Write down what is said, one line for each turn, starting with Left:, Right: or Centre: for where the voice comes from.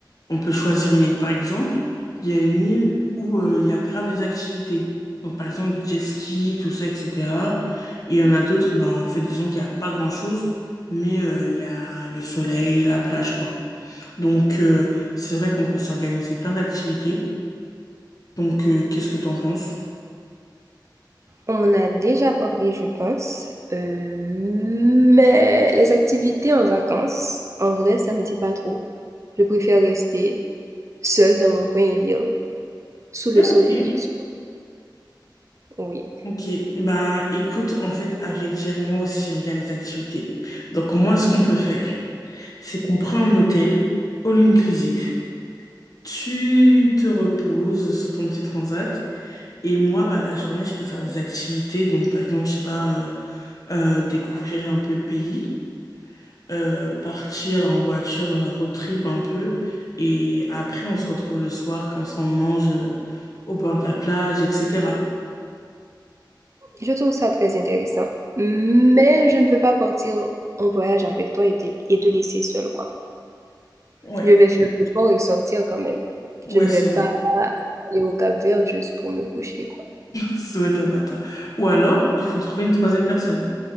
Left: on peut choisir une île. Par exemple, il y a une île où euh, il y a grave des activités. Donc par exemple jet ski, tout ça, etc. Et il y en a d'autres, bah en fait disons qu'il y a pas grand-chose, mais euh, il y a le soleil, la plage quoi. Donc euh, c'est vrai qu'on peut s'organiser plein d'activités. Donc euh, qu'est-ce que t'en penses?
Right: On en a déjà parlé, je pense, heu, mais les activités en vacances, en vrai, ça me dit pas trop. Je préfère rester seule dans mon coin et lire, sous le
Left: Ah,
Right: soleil,
Left: Ok,
Right: bien sûr, oui.
Left: ok. Ben, écoute, en fait, à vrai dire, moi aussi, j'aime bien les activités. Donc, moi, ce qu'on peut faire, c'est qu'on prend un hôtel, all inclusive. Tu te reposes sur ton petit transat. Et moi, ben, la journée, je peux faire des activités. Donc, par exemple, je sais pas, euh, euh, découvrir un peu le pays, euh, partir en voiture dans un road trip un peu. Et après, on se retrouve le soir, comme ça, on mange euh, au bord de la plage, etc.
Right: Je trouve ça très intéressant, mais je ne veux pas partir en voyage avec toi et te et te laisser seule, quoi.
Left: Ouais,
Right: Je vais faire l'effort et sortir quand même.
Left: ouais,
Right: Je ne vais
Left: c'est
Right: pas
Left: vrai.
Right: aller au Cap-Vert juste pour me coucher, quoi.
Left: Souhaite à pas toi. Ou alors, il faut trouver une troisième personne.